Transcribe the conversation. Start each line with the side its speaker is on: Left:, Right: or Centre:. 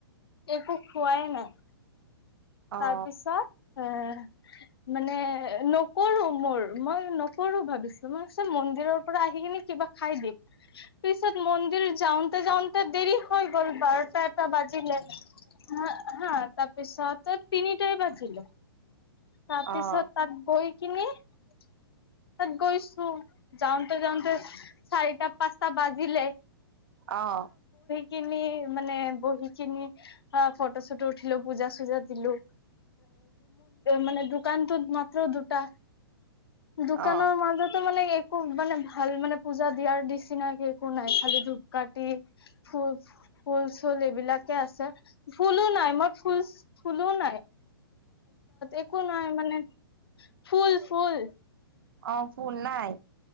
Left: একো খোৱাই নাই,
Right: অ
Left: তাৰপিছত এ মানে নকৰোঁ মোৰ, মই নকৰোঁ ভাবিছোঁ, মই মন্দিৰৰ পৰা আহি কিনে কিবা খাই দিম, পিছত মন্দিৰ যাওঁতে যাওঁতে দেৰি হৈ গ'ল, বাৰটা-এটা বা বাজিলে মই হা তাত পিছতে তিনিটাই বাজিল, তাৰপিছত
Right: অ
Left: তাত গৈ কিনি তাত গৈছোঁ, যাওঁতে যাওঁতে চাৰিটা-পাঁচটা বাজিলে।
Right: অ'।
Left: কিনি মানে বহি কিনি, ফটো-ছটো উঠিলোঁ, পূজা-চুজা দিলোঁ। মানে দোকানতো মাত্ৰ দুটা। দোকানৰ
Right: অ'
Left: মাজতো, মানে, একো, মানে, ভাল, মানে পূজা দিয়াৰ নিচিনাকে একো নাই, খালি ধূপকাঠি, ফুল-ফুল, চুল, এইবিলাক আছে, ফুলো নাই, মই ফুল, ফুলো নাই। একো নাই মানে ফুল-ফুল।
Right: অ ফুল নাই